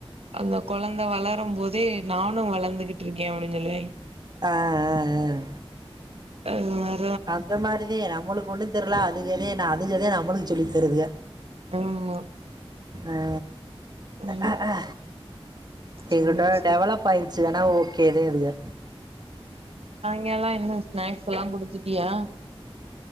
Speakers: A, on the right; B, on the right.
A: அந்த கொழந்த வளரம்போதே நானு வளந்துகிட்டு இருக்கே அப்டினு சொல்லுவாங்கே
B: ஆ ஆ ஆ
A: ஆ <inaudible>
B: அந்த மாரிதே நம் மளுக்கு ஒண்ணு தெரில அதுகதே நா அதுகதே நம்மளுக்கு சொல்லி தருதுக
A: ஆமா
B: ஆ
A: ம்
B: ஆ ஆ ஆ
A: சேரி
B: எங்கிட்டோ
A: சேரி
B: டெவலப் ஆயிரு சிலனா ஓகேதே இதுக
A: நீ எல்லா என்ன ஸ்நாக்ஸ் எல்லா குடுத்துட்டியா